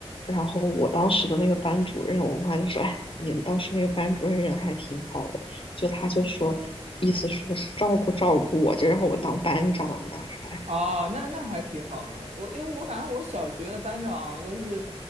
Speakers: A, on the left; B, on the right.
A: 然后我当时的那个班主任，我妈就说：“哎，你们当时那个班主任人还挺好的。”就她就说，意思说是照顾照顾我，就让我当班长呢，还
B: 哦，那那还挺好的。我因为我感觉我小学的班长都是